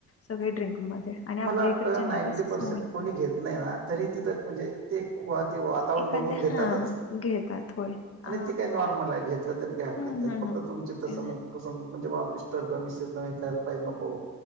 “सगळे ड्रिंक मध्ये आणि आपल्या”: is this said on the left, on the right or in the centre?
Left